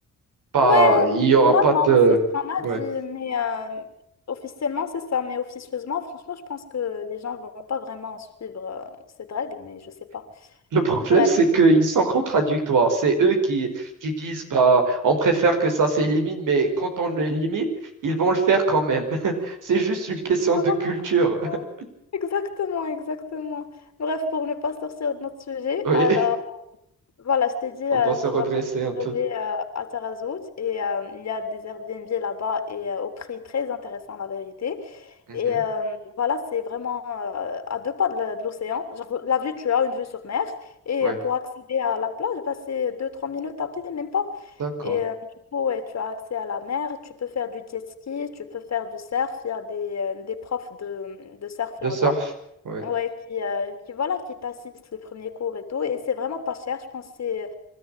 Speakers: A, on the right; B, on the left.
A: Pas,
B: Ouais,
A: il n'y aura
B: normalement,
A: pas de...
B: c'est ce qu'on a
A: ouais.
B: dit, mais euh, officiellement, c'est ça. Mais officieusement, franchement, je pense que les gens vont pas vraiment suivre euh, cette règle, mais je sais pas.
A: Le problème,
B: Bref.
A: c'est qu'ils sont contradictoires. C'est eux qui, qui disent, bah, on préfère que ça s'élimine, mais quand on l'élimine, ils vont le faire quand même. <laughs> C'est juste une question
B: Vraiment
A: de culture.
B: content.
A: <laughs>
B: Exactement, exactement. Bref, pour ne pas sortir de notre sujet,
A: Oui,
B: alors, voilà, je t'ai dit, euh,
A: on doit se
B: tu
A: redresser
B: vas
A: un peu.
B: partager euh, à Tarazout et euh, il y a des Airbnb là-bas et euh, au prix très intéressant, la vérité.
A: Mhm.
B: Et euh, voilà, c'est vraiment euh, à deux pas de la- de l'océan. Genre, la vue, tu as une vue sur mer. Et
A: Ouais,
B: euh, pour accéder à la plage, bah, c'est 2-3 minutes à pied, même pas.
A: d'accord.
B: Et euh, du coup, ouais, tu as accès à la mer, tu peux faire du jet ski, tu peux faire du surf. Il y a des, euh, des profs de, de surf
A: De
B: là-bas.
A: surf. Ouais,
B: Ouais, qui, euh, qui, voilà, qui t'assiste le premier cours et tout. Et c'est vraiment pas cher, je pense que c'est euh,